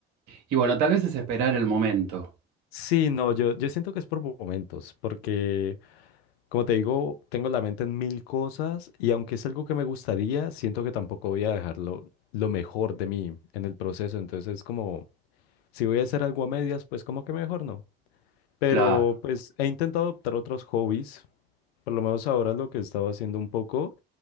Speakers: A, on the right (about 65°); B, on the left (about 80°).
A: Y bueno, tal vez es esperar el momento.
B: Sí, no, yo, yo siento que es por momentos, porque como te digo, tengo la mente en mil cosas y aunque es algo que me gustaría, siento que tampoco voy a dejarlo lo mejor de mí en el proceso. Entonces es como, si voy a hacer algo a medias, pues como que mejor no. Pero
A: Claro.
B: pues he intentado adoptar otros hobbies. Por lo menos ahora lo que he estado haciendo un poco